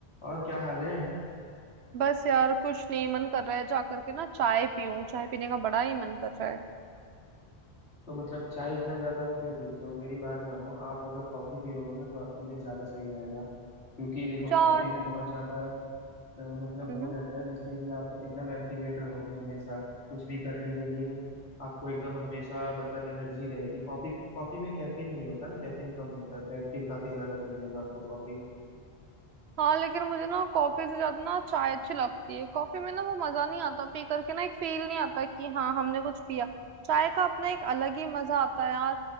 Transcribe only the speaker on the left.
और क्या हाल है
तो मतलब चाय इतना ज्यादा आप क्यों पीते हो मेरी बात मानो आप अगर कॉफी पियोगे ना तो आपके लिए ज्यादा सही रहेगा क्योंकि देखो
कॉफी में बहुत ज्यादा अ, मतलब
वो रहता है जिससे कि आप एकदम एक्टिवेट रहोगे हमेशा कुछ भी करने के लिए आपको एकदम हमेशा मतलब एनर्जी रहेगी कॉफी कॉफी में कैफीन नहीं होता ना कैफीन कम होता है तो एक्टिव काफी ज्यादा कर देगा आपको कॉफी